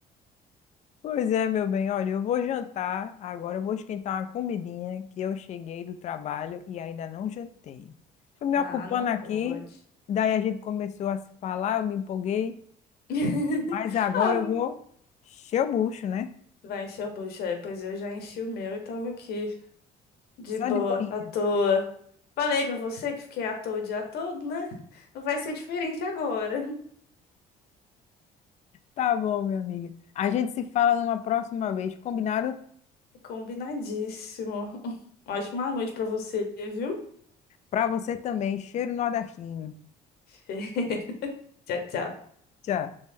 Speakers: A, on the left; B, on the left.
A: Pois é, meu bem, olha, eu vou jantar, agora eu vou esquentar uma comidinha que eu cheguei do trabalho e ainda não jantei. Fui me
B: Não,
A: ocupando
B: não
A: aqui,
B: pode.
A: daí a gente começou a se falar, eu me empolguei,
B: <laughs>
A: mas agora
B: Ah,
A: eu vou encher o bucho, né?
B: Vai encher o bucho, é. Pois eu já enchi o meu e tava aqui, de
A: Só
B: boa,
A: de boinha.
B: à toa. Falei pra você que fiquei à toa o dia todo, né? Não vai ser diferente agora.
A: Tá bom, minha amiga. A gente se fala numa próxima vez, combinado?
B: Combinadíssimo. <laughs> Ótima noite pra você, viu?
A: Pra você também, cheiro nordestino.
B: <laughs> Tchau, tchau.
A: Tchau.